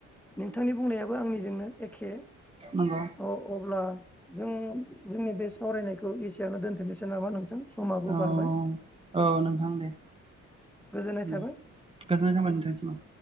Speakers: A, in the centre; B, on the right.
A: नोंथांनि बुंनायाबो आंनि जोंनो एखे
B: नंगौ
A: अब्ला जों जोंनि बे सावरायनायखौ एसेआवनो दोनथ'नोसै नामा नोंथां समाबो
B: औ
A: बारबाय
B: औ नोंथां दे
A: गोजोननाय थाबाय
B: दे गोजोननाय थाबाय नोंथांनिसिम ओं